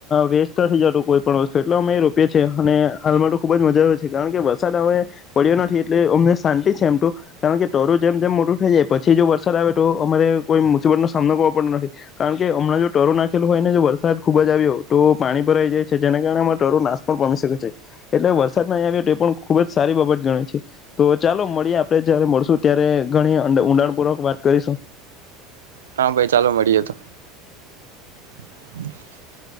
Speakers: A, on the left; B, on the right.
A: વેસ્ટ નથી જતું કોઈ પણ વસ્તુ એટલે અમે રોપએીએ અને હાલમાં તો ખુબ જ મજા આવે છે. કારણ કે વરસાદ હમે પડ્યો નથી એટલે અમને શાંતિ છે એમ તો કારણ કે ટરું જેમ જેમ મોટું થઈ જાય પછી જો વરસાદ આવે તો અમારે કોઈ મુસીબત નો સામનો કરવો પડતો નથી કારણ કે હમણાં જો ટરું નાખેલું હોય ને જો વરસાદ ખૂબ જ આવ્યો તો પાણી ભરાઈ જાય છે. જેના કારણે અ ટરો નાશ પણ પામી શકે છે. એટલે વરસાદ નહી આવ્યો તે પણ ખૂબ જ સારી બાબત ગણે છે તો ચાલો મળીએ આપણે જયારે મળશું ત્યારે ઘણી ઊંડાણપૂર્વક વાત કરીશું.
B: હા ભાઈ ચાલો મળીએ તો. <unintelligible>